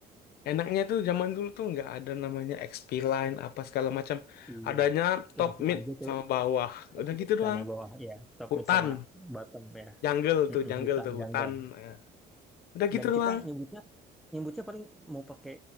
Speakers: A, on the left; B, in the centre.
A: enaknya tuh zaman dulu tuh nggak ada namanya XP line, apa segala macam.
B: Iya,
A: Adanya top
B: langsung
A: mid
B: aja tuh
A: sama bawah.
B: top
A: Udah
B: mid
A: gitu doang.
B: sama bawah ya, top
A: Hutan,
B: mid sama bottom ya,
A: jungle
B: Mm-mm,
A: tuh, jungle
B: hutan
A: tuh,
B: jungle.
A: hutan. Nah, Udah gitu
B: Dan
A: doang.
B: kita nyebutnya nyebutnya paling mau pakai